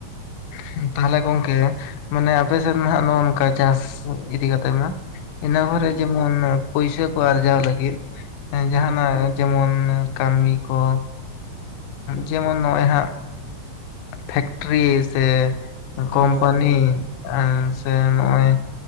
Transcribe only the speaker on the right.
ᱦᱮᱸ
ᱦᱮᱸ
ᱦᱳᱭ
ᱦᱳᱭ